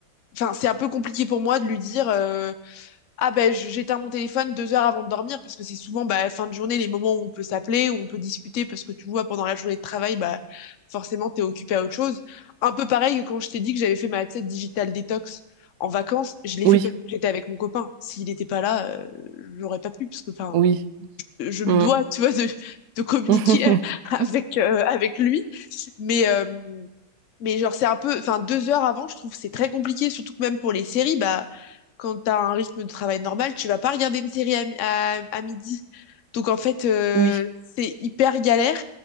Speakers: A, on the left (about 60°); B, on the right (about 65°).
A: enfin, c'est un peu compliqué pour moi de lui dire, euh, ah ben je- j'éteins mon téléphone deux heures avant de dormir parce que c'est souvent bah, fin de journée les moments où on peut s'appeler, où on peut discuter parce que tu vois pendant la journée de travail bah forcément t'es occupé à autre chose. Un peu pareil que quand je t'ai dit que j'avais fait ma tu sais, digital détox en vacances, je l'ai
B: Oui,
A: fait parce que j'étais avec mon copain. S'il n'était pas là, euh, j'aurais pas pu parce que enfin
B: oui.
A: je me
B: Mm.
A: dois tu vois de, de communiquer
B: <laughs>
A: <laughs> avec euh, avec lui. Mais euh, mais genre, c'est un peu, enfin, deux heures avant, je trouve que c'est très compliqué, surtout que même pour les séries, bah, quand t'as un rythme de travail normal, tu vas pas regarder une série à, mi- à, à midi. Donc, en fait, euh,
B: Oui.
A: c'est hyper galère.